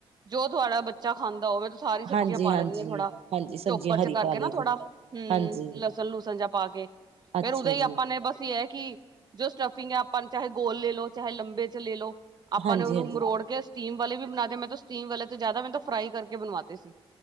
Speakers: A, on the right (about 40°); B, on the right (about 70°).
A: ਜੋ ਤੁਹਾਡਾ ਬੱਚਾ ਖਾਂਦਾ ਉਹਵੇ। ਸਾਰੀ ਸਬਜ਼ੀਆਂ
B: ਹਾਂਜੀ
A: ਪਾ
B: ਹਾਂਜੀ
A: ਲੈਂਦੀ ਹਾਂ ਥੋੜਾ,
B: ਹਾਂਜੀ ਸਬਜ਼ੀਆਂ
A: ਚੋਪਰ ਚ
B: ਹਰੀ
A: ਕਰਕੇ
B: ਪਾ ਲਈ
A: ਨਾ ਥੋੜਾ,
B: ਦੀ
A: ਹੰ,
B: ਹਾਂਜੀ
A: ਲਸਣ ਲੂਸਣ ਜਾ ਪਾ ਕੇ।
B: ਅੱਛਾ
A: ਫੇਰ ਉਦੇ ਹੀ
B: ਜੀ
A: ਆਪਾਂ ਨੇ ਬਸ। ਹੈ ਕਿ, ਜੋ ਸਟਫਿੰਗ ਹੈ ਆਪਾਂ ਨੂੰ, ਚਾਹੇ ਗੋਲ ਲੈ ਲਓ, ਚਾਹੇ ਲੰਬੇ ਚ ਲੈ ਲੋ। ਆਪਾਂ
B: ਹਾਂਜੀ
A: ਨੇ ਉਹਨੂੰ
B: ਹਾਂਜੀ
A: ਮਰੋੜ ਕੇ ਸਟੀਮ ਵਾਲੇ ਵੀ ਬਣਾਦੇ, ਮੈਂ ਸਟੀਮ ਵਾਲੇ ਤੇ ਜ਼ਿਆਦਾ, ਮੈਂ ਫਰਾਈ ਕਰਕੇ ਬਣਵਾਤੇ ਸੀ।